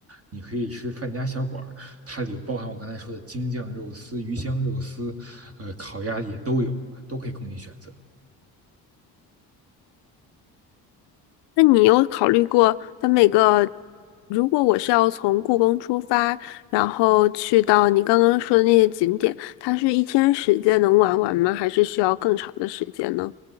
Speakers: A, on the right; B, on the left.
A: 你可以吃范家小馆儿，它里有包含我刚才说的京酱肉丝、鱼香肉丝，呃，烤鸭也都有，都可以供你选择。
B: 那你有考虑过，它每个，如果我是要从故宫出发，然后去到你刚刚说的那些景点，它是一天时间能玩完吗？还是需要更长的时间呢？